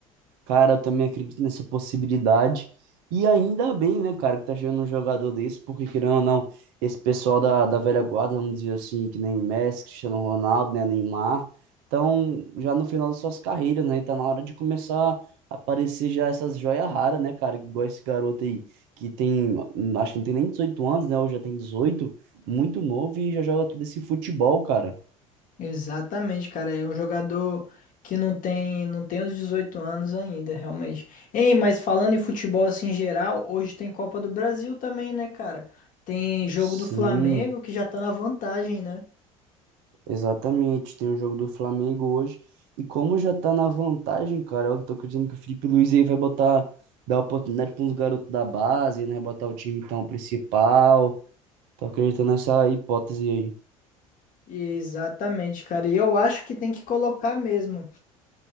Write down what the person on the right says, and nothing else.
Cara, eu também acredito nessa possibilidade. E ainda bem, né, cara, que tá chegando um jogador desse, porque querendo ou não, esse pessoal da, da velha guarda, vamos dizer assim, que nem Messi, Cristiano Ronaldo, né, Neymar, estão já no final das suas carreiras, né? E tá na hora de começar a aparecer já essas joias raras, né, cara? Igual esse garoto aí, que tem, hum, acho que não tem nem 18 anos, né? Ou já tem dezoito muito novo e já joga todo esse futebol, cara.
Sim.
Exatamente, tem o jogo do Flamengo hoje. E como já tá na vantagem, cara, eu tô acreditando que o Felipe Luiz aí vai botar, dar oportunidade para uns garotos da base, né? Botar o time então principal. Tô acreditando nessa hipótese aí.